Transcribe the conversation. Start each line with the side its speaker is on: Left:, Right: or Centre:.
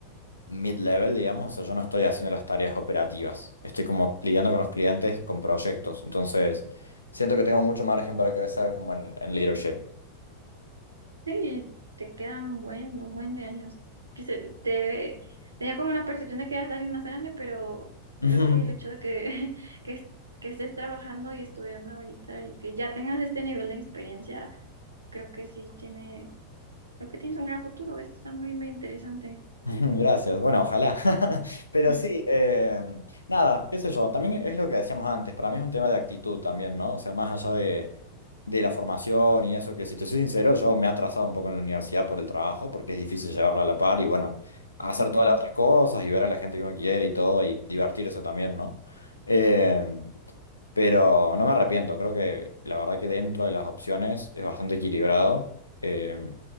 Left: mid-level, digamos, o sea, yo no estoy haciendo las tareas operativas, estoy como lidiando con los clientes, con proyectos, entonces siento que tengo mucho margen para crecer como en, en leadership.
Right: Sí, te quedan un buen, un buen de años. Que se, te tenía como la percepción de que eras alguien más grande, pero
Left: <laughs>
Right: creo que el hecho de que, <laughs> que, es- que estés trabajando y estudiando ahorita y que ya tengas este nivel de experiencia, creo que sí tiene, creo que tienes un gran futuro. Esto está muy, muy interesante.
Left: <laughs> Gracias, bueno, ojalá. <laughs> Pero
Right: <laughs>
Left: sí, eh, nada, qué sé yo, también es lo que decíamos antes, para mí es un tema de actitud también, ¿no? O sea, más allá de, de la formación y eso, que si te soy sincero, yo me he atrasado un poco en la universidad por el trabajo, porque es difícil llevarla a la par y bueno, hacer
Right: Ujú,
Left: todas las otras cosas y ver a la gente que uno quiere y todo y divertirse también, ¿no? Em, pero no me arrepiento, creo que la verdad que dentro de las opciones es bastante equilibrado. Eh,